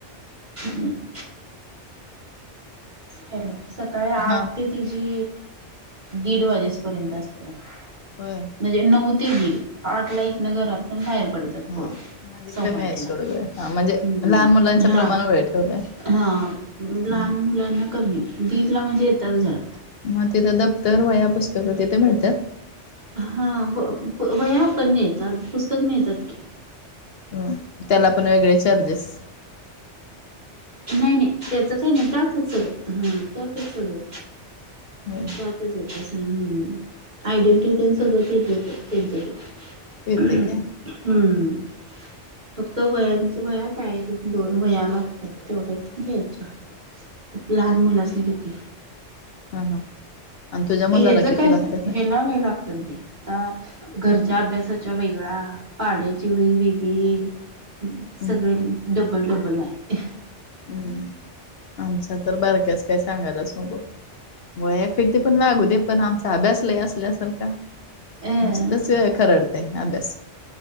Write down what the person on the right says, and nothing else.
<inaudible> हॅलो! सकाळी आठ
ते तिजी दीड वाजेस पर्यंत आसत्या वाटतं.
म्हणजे नऊ ते दीड आठ ला इथनं घरातंन बाहेर पड त्यात
पोरं
सव्वाआठला
हम्
हा.
हा लहान
मुलांना कमी दीडला म्हणजे येतात घरा
हां व प वह्या पण नेयाच्या पुस्तक मिळतात की
नाही नाही त्याचं काही नाही त्यातच सगळं हा त्यातच सगळं सगळं.
जातच आहे <unintelligible> आयडेंटिटी तेन सगळंच त्यांचं तेच देत्यात तेंचच ती
हम्म
हम फक्त व्हायांचं. तुम्हाला या शाळेतून दोन वह्या लागतात तेवढेच घ्यायचा. तूप लहान मुलासनी किती?
हेज
कसाय
हेला लय लागतंय. आता घरच्या अभ्यासाच्या वेगळा पाड्याची वही वेगळी.
सगळे डबल डबल आहे.
अ